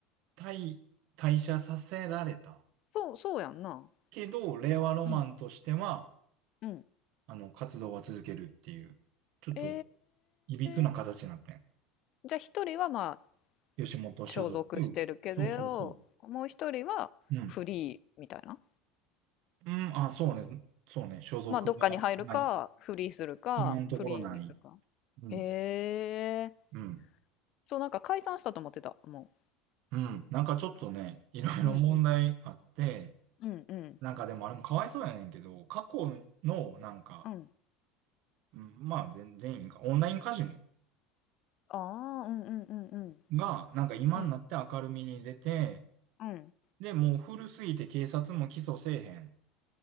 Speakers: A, on the right; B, on the left.
A: 退、退社させられた。
B: そう、そうやんな。
A: けど、令和ロマンとしては、
B: うん。うん。
A: あの、活動は続けるっていう、ちょっと、
B: え
A: いびつな形になってん。
B: ー、じゃあ1人はまあ、
A: 吉本所属。
B: 所属してるけど、
A: そうそうそう。
B: もう1人はフリーみたいな。
A: うん。うん、あ、そうね。そうね。所属はない。
B: まあ、どっかに入るか、フリーするか、
A: 今のところない。
B: フリーにするか。
A: うん。
B: へえ。
A: うん。
B: そう、なんか解散したと思ってた、も
A: うん。なんかちょっとね、いろいろ問題あって、
B: う。うんうん。うんうん。
A: なんかでもあれもかわいそうやねんけど、過去の、なんか、
B: うん。
A: うんまあ全全員か、オンラインカジノ
B: ああ、うんうんうんうん。
A: が、なんか今になって明るみに出て、
B: うん。うん。
A: で、もう古すぎて警察も起訴せえへんっ